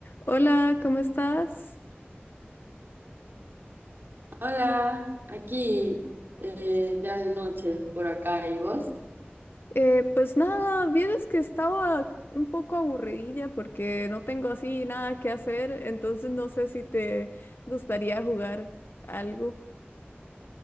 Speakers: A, on the left; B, on the right.
A: Hola, ¿cómo estás?
B: Hola, aquí eh, ya de noche por acá y vos.
A: Eh, pues nada, vieras que estaba un poco aburridilla porque no tengo así nada que hacer, entonces no sé si te gustaría jugar algo.